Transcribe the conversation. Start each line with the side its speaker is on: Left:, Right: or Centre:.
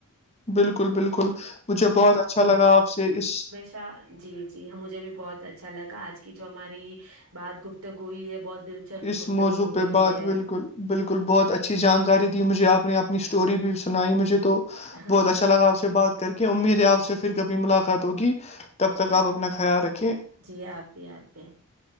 Left: بالکل بالکل مجھے بہت اچھا لگا آپ سے اس
Right: ا جی جی ہ مجھے بھی بہت اچھا لگا آج کی جو ہماری بات گفتگو ہوئی ہے بہت دلچسپ
Left: اس
Right: گفتگو
Left: موضوع
Right: ہوئی
Left: پہ بات
Right: ہے
Left: بالکل بالکل بہت اچھی جانکاری دی مجھے آپ نے اپنی اسٹوری بھی سنائی مجھے تو
Right: ہاں
Left: بہت اچھا لگا آپ سے بات کر کے امید ہے آپ سے پھر کبھی ملاقات ہوگی تب تک
Right: ٹھیک
Left: آپ
Right: ہے۔
Left: اپنا خیال رکھے
Right: جی آپ بھی آپ بھی